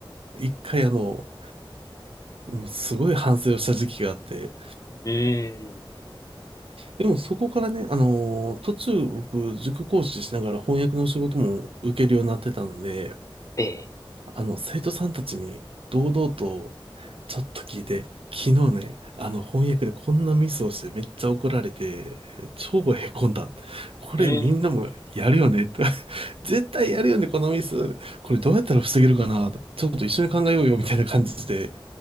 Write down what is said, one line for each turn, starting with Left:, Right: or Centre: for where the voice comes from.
Right: 一回あの、もうすごい反省をした時期があって、
Left: うーん。
Right: でもそこからね、あの、途中僕、塾講師しながら翻訳の仕事も受けるようになってたので、
Left: え
Right: あの、生徒さんたちに堂々とちょっと聞いて、昨日ね、あの翻訳でこんなミスをしてめっちゃ怒られて、超へこんだ。これみんなもやるよねって。
Left: ええ。
Right: <laughs> 絶対やるよね、このミス。これどうやったら防げるかな。ちょっと一緒に考えようよみたいな感じで、